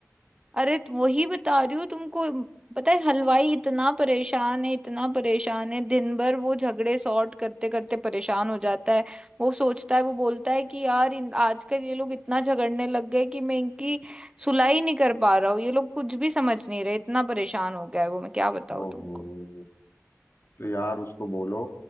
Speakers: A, on the right (about 20°); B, on the left (about 50°).
A: अरे तो वही बता रही हूँ तुमको म, पता है हलवाई इतना परेशान है इतना परेशान है दिन भर वो झगड़े सॉर्ट करते करते परेशान हो जाता है वो सोचता है वो बोलता है कि यार इन आजकल ये लोग इतना झगड़ने लग गए कि मैं इनकी सुलाई नहीं कर पा रहा हूँ ये लोग कुछ भी समझ नहीं रहे इतना परेशान हो गया है वो मैं क्या बताऊँ
B: ओहो
A: तुमको
B: तो यार उसको बोलो